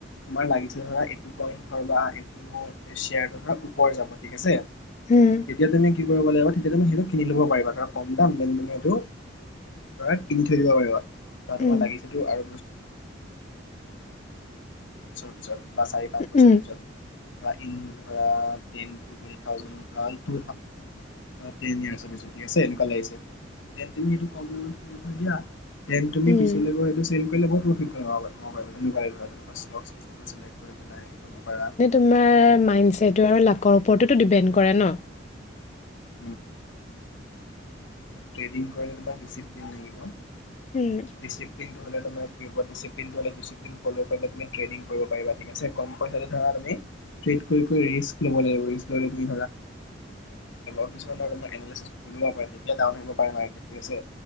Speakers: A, on the left; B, on the left.
A: তোমাৰ লাগিছে নে নাই এইটো <unintelligible> তোমাৰ <unintelligible> যাব ঠিক আছে?
B: উম
A: তেতিয়া তুমি কি কৰিব লাগিব তেতিয়া তুমি সেই সেইটো কিনি ল'ব পাৰিবা কাৰন কম দাম দেন তুমি এইটো <unintelligible> কিনি থৈ দিব পাৰিবা, বা তোমাৰ
B: উম
A: লাগি থাকিব আৰু <unintelligible> বা চাৰি পাঁচ বছৰ
B: উম
A: পিছত। বা ইন ধৰা ten to twenty thousand to ten ইয়াৰ্চৰ পিছত ঠিক আছে এনেকুৱা লাগিছে দেন তুমি সেইটো কম দামত কিনি থৈ দিয়া দেন তুমি
B: উম
A: পিছলৈ গৈ সেইটো চেল কৰিলে বহুত প্ৰফিট কমাব কমাব পাৰিবা তেনেকুৱাই ধৰা তেনেকুৱা ষ্টকছ কিছুমানো চিলেক্ট হেৰি কৰিব পৰা
B: মাইন চেটৰ আৰু লাকৰ ওপৰতো দ্বিপেন্দ কৰে ন?
A: <unintelligible> ট্ৰদিং কৰিলে তোমাৰ ডিচিপ্লীন লাগিব।
B: উম
A: দিচিপ্লিনটো হলে তোমাৰ <inaudible> <unintelligible> ট্ৰেডিং কৰিব পাৰিব ঠিক আছে, কম পইচাতে ধৰা তুমি ট্ৰেড কৰি কৰি ৰিস্ক লব লাগিব, ৰিস্ক ললে <unintelligible> <unintelligible> <unintelligible> <unintelligible> আছে।